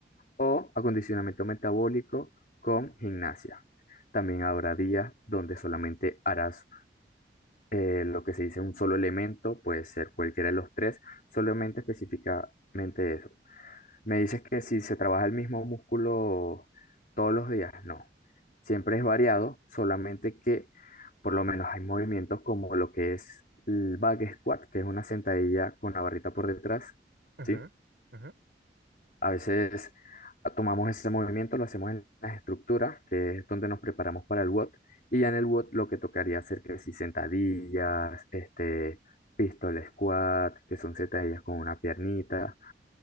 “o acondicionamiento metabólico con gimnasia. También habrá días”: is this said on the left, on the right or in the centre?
Left